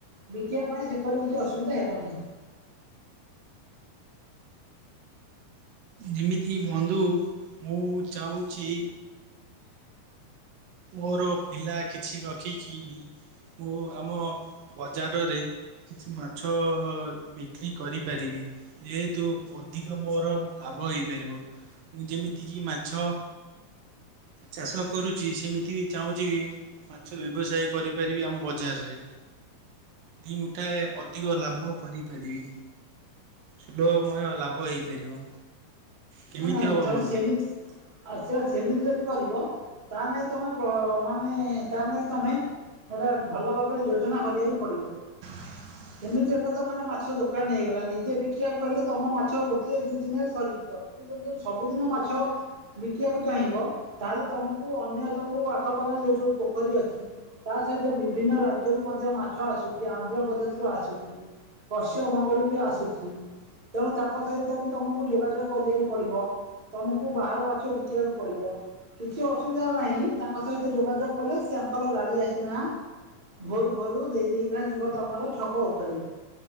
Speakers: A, on the right; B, on the right.
A: ବିକିବା ପାଇଁ ସେପରି କିଛି ଅସୁବି ସୁବିଧା ହେବ ନାହିଁ।
B: ଯେମିତି ବନ୍ଧୁ ମୁଁ ଚାହୁଁଛି ମୋର ପିଲା କିଛି ରଖିକି ବି ମୁଁ ଆମ ବଜାରରେ କିଛି ମାଛ ବିକ୍ରି କରିପାରିବି ଯେହେତୁ ଅଧିକ ମୋର ଲାଭ ହେଇପାରିବ ଯେମିତିକି ମାଛ ଚାଷ କରୁଛି ସେମିତି ବି ଚାହୁଁଛି ବି ମାଛ ବ୍ୟବସାୟ କରିପାରିବି ଆମ ବଜାରରେ। ଦୁଇ ମୁଠାଏ ଅଧିକ ଲାଭ କରିପାରିବି। ସୁଲଭମୟ ଲାଭ ହେଇପାରିବ। କେମିତି
A: ନାଇଁ
B: ହବ
A: ଜର
B: ବନ୍ଧୁ?
A: ସେମିକ <inaudible> ଆ ସେଟା ସେମିତି ଯଦି କରିବ ତା ନହି ତମେ ମାନେ ତା ନାଇ ତମେ ଗୋଟା ଭଲ ଭାବରେ ଯୋଜନା କରିବାକୁ ପଡିବ।
B: ହ
A: ଏମିତି ଏଟା ତ ମାନେ ମାଛ ଦୋକାନ ହେଇଗଲା ନିଜେ ବିକିବାକୁ ହେଲେ ତମ ମାଛ ଗୋଟିଏ ଦୁଇ ଦିନରେ ସରିଯିବ। ସବୁଦିନ ମାଛ ବିକିବାକୁ ଚାହିଁବ ତାହେଲେ ତମକୁ ଅନ୍ୟ ସବୁ ଆଖପାଖରେ ଯୋଉ ସବୁ ପୋଖରୀ ଅଛି। ତା ସହିତ ବିଭିନ୍ନ ରାଜ୍ୟରୁୁ ମଧ୍ୟ ମାଛ ଆସୁଛି ଆନ୍ଧ୍ରପ୍ରଦେଶରୁୁ ଆସୁଛି। ପଶ୍ଚିମବଙ୍ଗରୁ ବି ଆସୁଛି ତେଣୁ ତାଙ୍କ ସହିତ ବି ତମକୁ ଯୋଗାଯୋଗ କରିବାକୁ ପଡିବ ତମକୁ ବାହାର ମାଛ ବିକିବାକୁ ପଡିବ। କିଛି ଅସୁବିଧା ନାହିଁ ତାଙ୍କ ସହିତ ଯୋଗାଯୋଗ କଲେ ସେ ତାଙ୍କର ଗାଡି ଆସିକି ନା ଭୋରୁ ଭୋରୁ ଦେଇ ଦେଇକିନା ଯିବ ତମର ଛକ ଉପରେ।